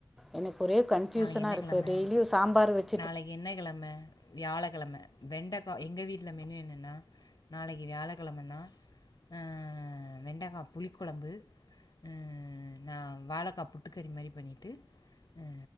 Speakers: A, in the centre; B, on the left.
A: எனக்கு ஒரே கன்ஃபியூசனா
B: நாளைக்கு என்ன
A: இருக்கு
B: கிழம
A: டெய்லியு சாம்பார் வெச்
B: நாளைக்கு என்ன கெழம வியாழக்கெழம வெண்டக்கா எங்க வீட்ல மெனு என்னன்னா நாளைக்கு வியாழக்கெழமன்னா ஆ வெண்டகா புளி கொழம்பு அ நா வாழக்கா புட்டுக்கறி மாரி பண்ணிட்டு அ